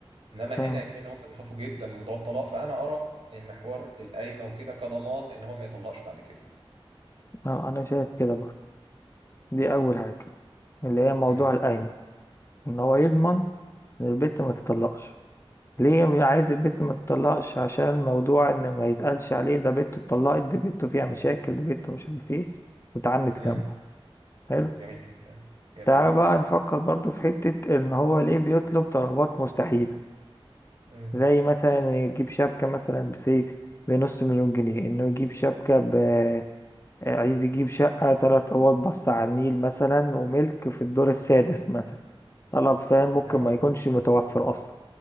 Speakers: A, on the right; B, on the left.
A: انما
B: فاهم
A: هنا كمان هم بيخافوا جدا من موضوع الطلاق فانا ارى ان حوار القايمه وكده كضمان ان هو ما يطلقش بعد كده
B: اه انا شايف كده برضه دي اول حاجة اللي هي موضوع
A: امم
B: القايمة ان هو يضمن ان البت ما تطلقش ليه م- عايز البت ما تطلقش عشان موضوع ان ما يتقالش عليه ده بنته اتطلقت دي بنته فيها مشاكل دي بنته مش عارف ايه وتعنس
A: امم
B: جنبه حلو
A: جميل جدا جميل
B: تعالى بقى نفكر برضو في حتة ان هو ليه بيطلب طلبات مستحيلة
A: امم
B: زي مثلا يجيب شبكة مثلا بسيف بنص مليون جنيه انه يجيب شبكة ب آه، عايز يجيب شقة تلات اوض بص على النيل مثلا وملك في الدور السادس مثلا طلب فاهم ممكن
A: اه
B: ما يكونش متوفر اصلا